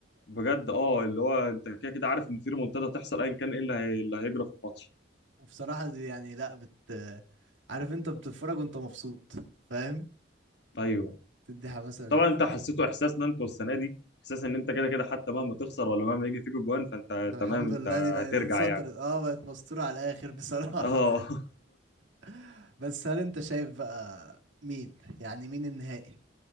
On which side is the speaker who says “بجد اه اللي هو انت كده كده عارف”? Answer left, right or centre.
Left